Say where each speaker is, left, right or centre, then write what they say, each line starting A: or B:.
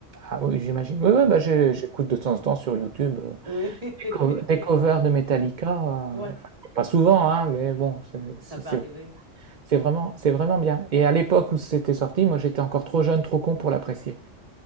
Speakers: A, on the right (about 45°); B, on the right (about 30°).
A: Ah oui, j'imagine. Oui, oui, bah, j'ai j'écoute de temps en temps sur YouTube, heu,
B: Oui, <laughs>
A: des cov des covers de Metallica,
B: ouais,
A: heu, enfin, pas souvent, hein, mais bon, c'est c'est
B: ça peut
A: c'est
B: arriver.
A: c'est vraiment c'est vraiment bien et à l'époque où c'était sorti, moi, j'étais encore trop jeune, trop con pour l'apprécier.